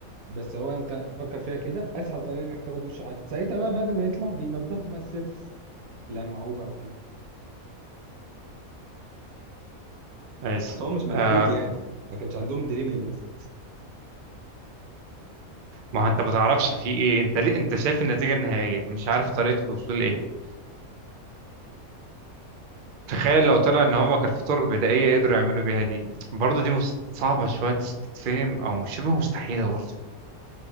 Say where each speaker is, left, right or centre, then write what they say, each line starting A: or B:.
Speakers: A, on the right (about 85°); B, on the right (about 60°).
A: بس هو أنت فكر فيها كده أسهل طريقة إنك تاخد وش حد ساعتها بقى بعد ما يطلع بينضفوا بقى السيرفس لمعوه بقى وكده
B: ماشي
A: بس هو مش منحوت
B: آه
A: يعني ما كانش عندهم دريمل مثلا
B: ما هو أنت ما تعرفش في إيه أنت ليه أنت شايف النتيجة النهائية مش عارف طريقة الوصول لإيه تخيل لو طلع إن هما كان في طرق بدائية قدروا يعملوا بيها دي برضه دي مست... صعبة شوية تتفهم أو مش شبه مستحيلة برضه